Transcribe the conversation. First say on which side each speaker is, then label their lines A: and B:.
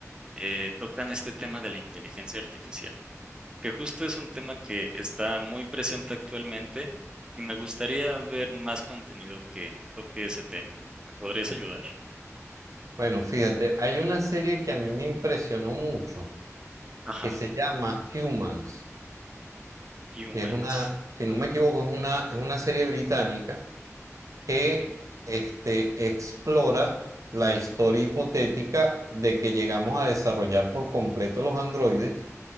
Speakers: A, on the right; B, on the right.
A: eh, tocan este tema de la inteligencia artificial? Que justo es un tema que está muy presente actualmente y me gustaría ver más contenido que toque ese tema. ¿Me podrías ayudar?
B: Bueno, fíjate, hay una serie que a mí me impresionó mucho,
A: Ajá,
B: que se llama Humans,
A: Humans.
B: que es una, si no me equivoco, es una, es una serie británica que
A: Ujú,
B: este, explora la historia hipotética de que llegamos a desarrollar por completo los androides